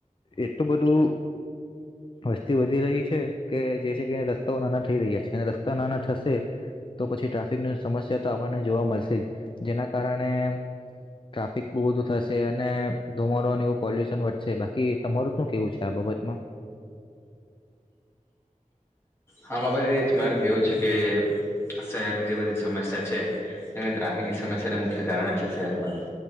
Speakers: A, on the left; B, on the left.
A: એટલું બધું વસ્તી વધી રહી છે કે, જેથી કરીને રસ્તાઓ નાના થઈ રહ્યા છે રસ્તા નાના થશે તો પછી ટ્રાફિકની સમસ્યા તો આપણને જોવા મળશે જ જેના કારણે ટ્રાફિક બહુ થશે અને ધુમાડોને એવું પોલ્યુશન વધશે બાકી તમારું શું કેવું છે આ બાબતમાં.
B: હા બાબા દ એ જ મારે કેવું છે કે શહેરની જે બધી સમસ્યા છે તેને ટ્રાફિકની સમસ્યાને મુખ્ય કારણ જ છે શહેરમાં તો